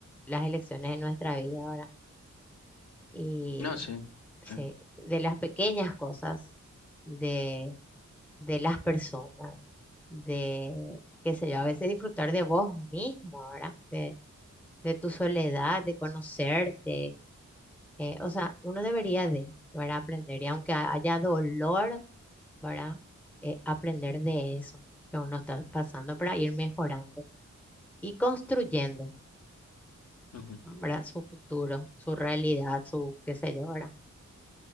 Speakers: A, in the centre; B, on the left.
A: las elecciones de nuestra vida, ¿verdad? Y
B: No, sí,
A: sí,
B: sí.
A: de las pequeñas cosas, de, de las personas, de, qué sé yo, a veces disfrutar de vos mismo, ¿verdad? De, de tu soledad, de conocerte. eh, o sea, uno debería de, ¿verdad? Aprender, y aunque ha- haya dolor, ¿verdad? Eh, aprender de eso que uno está pasando para ir mejorando y construyendo,
B: ujú.
A: ¿verdad? Su futuro, su realidad, su, qué sé yo, ¿verdad?